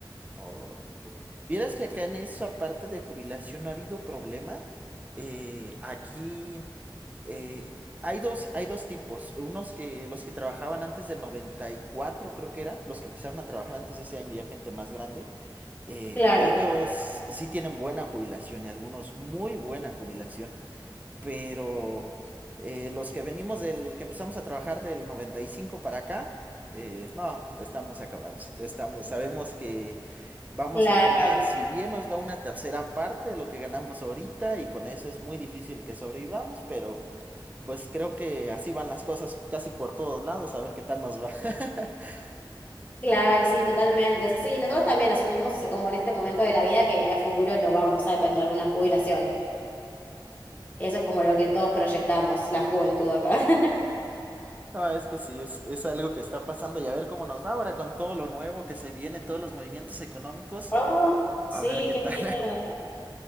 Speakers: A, on the right (about 20°); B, on the left (about 20°).
A: Oh, incre- Vieras que acá en eso, aparte de jubilación, no ha habido problema. Eh, aquí eh, hay dos, hay dos tipos. Unos que los que trabajaban antes del 94, creo que era, los que empezaron a trabajar antes de ese año, ya gente más grande. eh,
B: Claro,
A: ellos sí tienen buena jubilación y algunos muy buena jubilación. pero eh, los que venimos del que empezamos a trabajar del 95 para acá, eh, no, estamos acabados. Estamos, sabemos que vamos
B: claro,
A: a ganar, si bien nos va una tercera parte de lo que ganamos ahorita, y con eso es muy difícil que sobrevivamos, pero pues creo que así van las cosas casi por todos lados, a ver qué tal nos va. <laughs>
B: claro, y sí, totalmente. Sí, nosotros también asumimos como en este momento de la vida que a futuro no vamos a depender de una jubilación. Eso es como lo que todos proyectamos, la juventud acá. <laughs>
A: No, es que sí, es, es algo que está pasando y a ver cómo nos va ahora con todo lo nuevo que se viene, todos los movimientos económicos,
B: Ah, sí,
A: a ver qué
B: qué
A: tal.
B: miedo.